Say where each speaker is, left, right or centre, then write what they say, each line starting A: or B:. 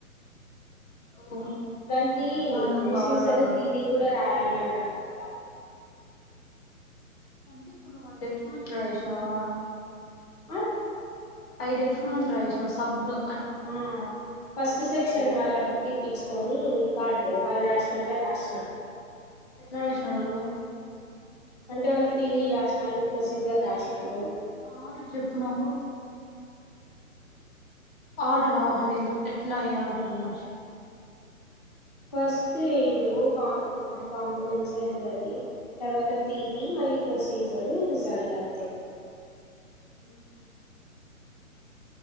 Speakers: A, on the left (about 45°); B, on the left (about 30°).
A: ఓ
B: దానికి
A: ఓ మహానుభావురాలివమ్మా
B: ప్రొసీజర్, థియరి కూడా రాయాలట్. అన్నార్ గదా.
A: అంటే ఇప్పుడు నువ్. <inaudible>
B: అ.
A: ఐ <unintelligible> సబ్బు తో.
B: ఆ ఫస్ట్
A: కలిపి
B: సెక్షన్ వాళ్ల, బుక్ ఇప్పించుకొని ఇది. కార్డు, వాళ్ళు రాసినట్లే రాసిన.
A: ఎట్లా రాషినర్ వాళ్ళు.
B: అంటే వాళ్ళు తిరిగి రాషినారు, ప్రొసీజర్ రాష్నా. రారు.
A: ఆర్డర్ చెప్పు నాకు ఆర్డర్, ఆర్డర్ ఎట్లా ఏ ఆర్డర్లో రాషినవ్.
B: ఫస్ట్ ఈ ను కా కాంపనెంస్ అయింది అది తర్వాత తీరి మళ్ళీ ప్రొసీజరు రిజల్ట్ అంతే
A: రిజల్ట్